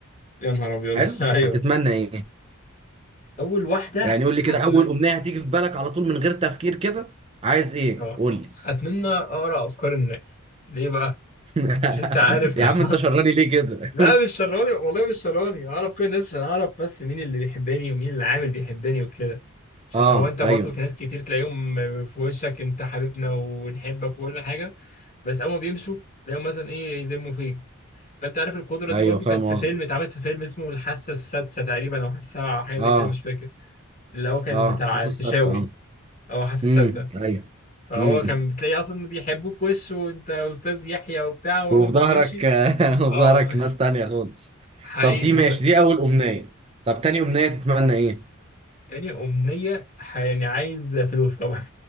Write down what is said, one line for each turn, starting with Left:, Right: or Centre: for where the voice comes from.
Left: يا نهار ابيض
Right: حلو
Left: <laughs> ايوه
Right: هتتمنى ايه
Left: اول واحده
Right: يعني قول لي كده
Left: هتمنى
Right: اول امنية هتيجي في بالك على طول من غير تفكير كده عايز ايه
Left: اه
Right: قول لي
Left: اتمنى اقرا افكار الناس ليه بقى
Right: <laughs>
Left: مش انت عارف طبعا
Right: يا عم انت شراني
Left: <laughs>
Right: ليه كده
Left: لا مش شراني والله مش شراني اعرف كل الناس عشان اعرف بس مين اللي بيحبني ومين اللي عامل بيحبني وكده عشان
Right: <laughs> اه
Left: هو انت برضو
Right: ايوه
Left: في ناس كتير تلاقيهم في وشك انت حبيبنا ونحبك وكل حاجه بس اول ما بيمشوا تلاقيهم مثلا ايه يذموا فيك فانت عارف القدره
Right: ايوه
Left: دي برضو
Right: فاهم
Left: كانت في
Right: قصدك
Left: فيلم اتعملت في فيلم اسمه الحاسه السادسه تقريبا او الحاسه السابعه او حاجه زي
Right: اه
Left: كده مش فاكر اللي هو كان
Right: اه
Left: بتاع
Right: حاسس
Left: الفيشاوي
Right: ستة اه
Left: او الحاسه
Right: امم
Left: السادسه
Right: ايوه
Left: فهو
Right: امم
Left: كان بتلاقي اصلا بيحبوه في وشه وانت استاذ يحيى وبتاع واول
Right: وفي ظهرك
Left: ما بيمشي
Right: <laughs> وفي
Left: اه
Right: ظهرك ناس تانية خالص
Left: حقيقي
Right: طب دي ماشي
Left: ف...
Right: دي أول أمنية طب تاني أمنية تتمنى إيه؟
Left: تاني امنيه ح- يعني عايز فلوس طبعا